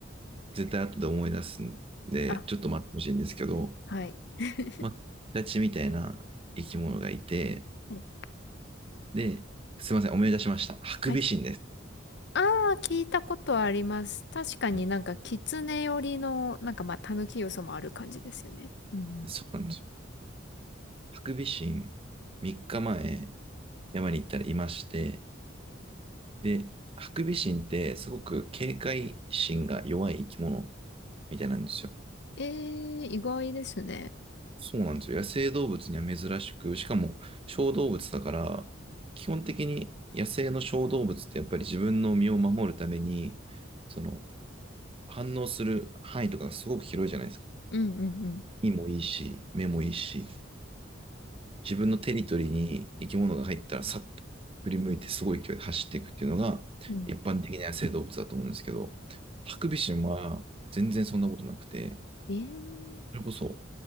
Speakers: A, on the right; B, on the left.
A: 絶対後で思い出すんで、
B: あ、
A: ちょっと待ってほしいんですけど、
B: はい。<laughs>
A: まあ、ガチみたいな生き物がいて、
B: はい
A: で、すいません、思い出しました。ハクビシンです。
B: はい。ああ、聞いたことあります。確かになんか、
A: はい、
B: 狐寄りの、なんかまあ、狸要素もある感じですよね。うん。
A: そうなんですよ。ハクビシン、3日前、山に行ったらいまして、で、ハクビシンってすごく警戒心が弱い生き物みたいなんですよ。
B: えー、意外ですね。
A: そうなんですよ。野生動物には珍しく、しかも小動物だから、基本的に野生の小動物ってやっぱり自分の身を守るために、その反応する範囲とかがすごく広いじゃないですか。
B: うんうんうん。
A: 身もいいし、目もいいし、自分のテリトリーに生き物が入ったらさっと振り向いてすごい勢いで走っていくっていうのが一般的な野生動物だと思うんですけど、
B: うん。
A: ハクビシンは全然そんなことなくて、
B: え
A: それこそ